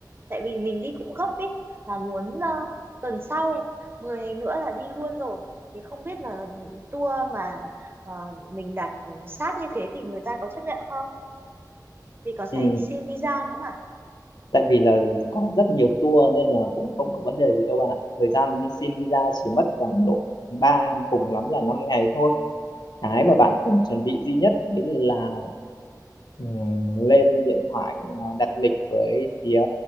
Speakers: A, on the right; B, on the left.
A: Tại vì mình đi cũng gấp ấy, là muốn ờ, tuần sau 10 ngày nữa là đi luôn rồi. Thì không biết là tour mà ờ, mình đặt sát như thế thì người ta có chấp nhận không? Vì còn
B: Ừ.
A: phải xin visa nữa mà.
B: tại vì là có rất nhiều tour nên là cũng không có vấn đề gì đâu bạn ạ thời gian xin visa chỉ mất khoảng độ ba cùng lắm là 5 ngày thôi cái mà bạn cần chuẩn bị duy nhất đấy là ừm, lên điện thoại à, đặt lịch với phía